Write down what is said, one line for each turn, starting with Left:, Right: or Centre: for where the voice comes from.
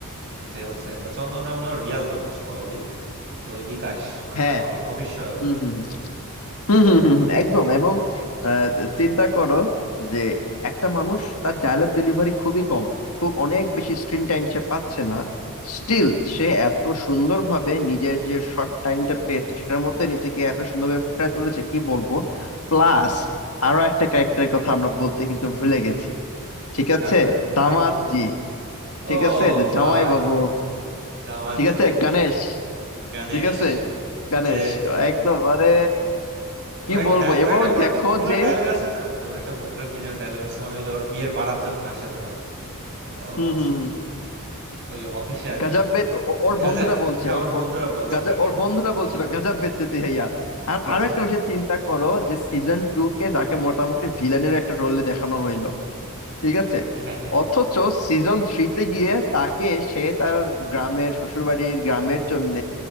Right: যে হচ্ছে ও চন্দন রায় মনে হয় রিয়াল নাম মোস্ট প্রবাবলি তো ওই বিকাশ মানে
Left: হ্যাঁ
Right: অপি- অফিস সহায়ক
Left: হুম হুম হম হম হম হম, একদম এবং আহ, চিন্তা করো যে একটা মানুষ তার ডায়লগ ডেলিভারি খুবই কম খুব অনেক বেশি স্ক্রিন টাইম সে পাচ্ছে না স্টিল সে এত সুন্দরভাবে নিজের যে শর্ট টাইমটা পেয়েছে সেটার মধ্যে নিজেকে এত সুন্দরভাবে ফুটিয়ে তুলেছে কি বলবো প্লাস আরো একটা ক্যারেক্টারের কথা আমরা বলতে কিন্তু ভুলে গেছি ঠিক
Right: কার
Left: আছে দামাত
Right: কার কথা বলতে
Left: জি
Right: ও
Left: ঠিক আছে যে জামাই
Right: ভাই
Left: বাবু
Right: দামাজি
Left: ঠিক আছে গণেশ
Right: গণেশ
Left: ঠিক আছে গণেশ
Right: যে
Left: একদম আরে কি
Right: ওর একটা
Left: বলবো
Right: ডায়- ওর
Left: এবং
Right: একটা ওর
Left: দেখো
Right: একটা পপুলার
Left: যে
Right: ডায়লগ আছে না যে ওর একটা পপুলার কি যেন ডায়লগ আছে মানে ওই যে ওর বিয়ের বারাত যখন আসে ধরো ও-
Left: হুম
Right: হচ্ছে
Left: হুম হুম
Right: ওই অফিসে আর
Left: গাজা
Right: কি
Left: বেচ ও- ও- ওর
Right: গাজা
Left: বন্ধুটা বলছে
Right: হ্যাঁ
Left: ওর
Right: ওর বন্ধুরা
Left: ওর
Right: বলছিল
Left: গাজা
Right: আর কি
Left: ওর বন্ধুটা বলছিল গাজা বেচতে হে ইয়ার আর
Right: গাজা
Left: আরো একটা বিষয় চিন্তা করো যে সিজন টু কে যাকে মোটামুটি ভিলেনের একটা রোলে দেখানো হইলো ঠিক আছে
Right: হ্যাঁ হ্যাঁ
Left: অথচ সিজন থ্রিতে গিয়ে তাকে সে তার গ্রামের শ্বশুরবাড়ির গ্রামের জন্য